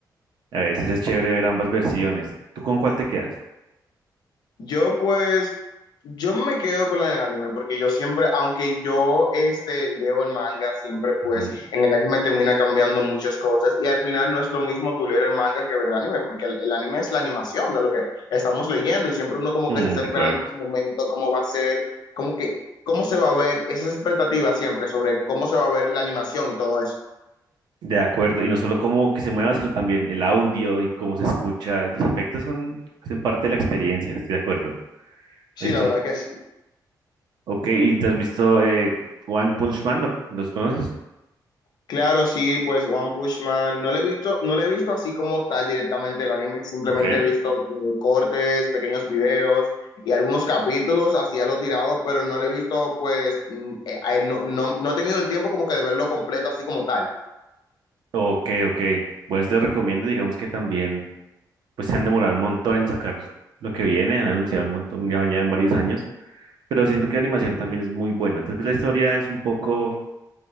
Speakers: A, on the right; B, on the left.
A: a veces es chévere ver ambas versiones. ¿Tú con cuál te quedas?
B: Yo pues, yo me quedo con la del anime porque yo siempre, aunque yo este, leo el manga, siempre pues
A: Ujú.
B: en el anime termina cambiando muchas cosas y al final no es lo mismo tú leer el manga que ver el anime porque el, el anime es la animación de lo que estamos leyendo y siempre uno como
A: Mm,
B: que se está
A: de
B: esperando
A: acuerdo.
B: este momento, cómo va a ser, cómo que, cómo se va a ver, esas expectativas siempre sobre cómo se va a ver la animación y todo eso.
A: De acuerdo, y no solo cómo que se mueva, sino también el audio y cómo se escucha. Los efectos son, hacen parte de la experiencia, estoy de acuerdo.
B: Sí,
A: Este,
B: la verdad que sí.
A: ok, ¿y te has visto eh, One Punch Man? ¿Lo- ¿Los conoces?
B: Claro, sí, pues One Punch Man, no le he visto, no le he visto así como tal directamente el anime, simplemente
A: Ok,
B: he visto eh, cortes, pequeños videos y algunos capítulos, así a lo tirado, pero no le he visto pues, mm, eh, eh, no, no, no he tenido el tiempo como que de verlo completo así como tal.
A: ok, ok. Bueno, te recomiendo, digamos que también. pues se han demorado un montón en sacar lo que viene, han anunciado un montón ya, ya en varios años, pero siento que la animación también es muy buena. Tal vez la historia es un poco,